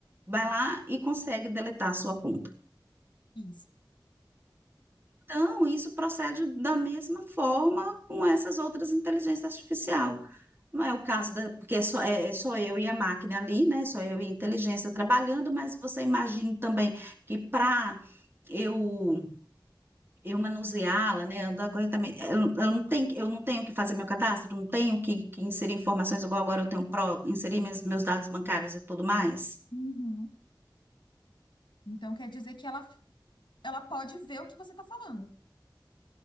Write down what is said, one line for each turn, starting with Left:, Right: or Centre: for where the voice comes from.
Right: vai lá e consegue deletar a sua conta.
Left: Isso.
Right: Então, isso procede da mesma forma com essas outras inteligências artificiais. Não é o caso da, porque é só, é, é só eu e a máquina ali, né? Só eu e a inteligência trabalhando, mas você imagina também que para eu eu manuseá-la, né, andar corretamente, eu, eu não tenho, que- eu não tenho que fazer meu cadastro, não tenho que, que inserir informações igual agora eu tenho pro, inserir meus, meus dados bancários e tudo mais.
Left: Uhum. Então quer dizer que ela, ela pode ver o que você está falando.